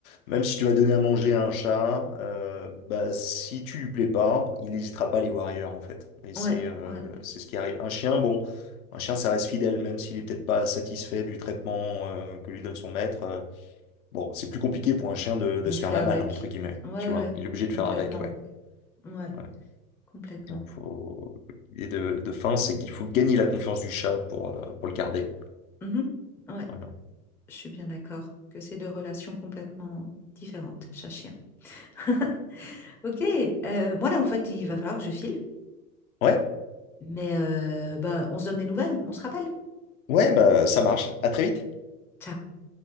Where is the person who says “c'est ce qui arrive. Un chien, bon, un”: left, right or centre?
Left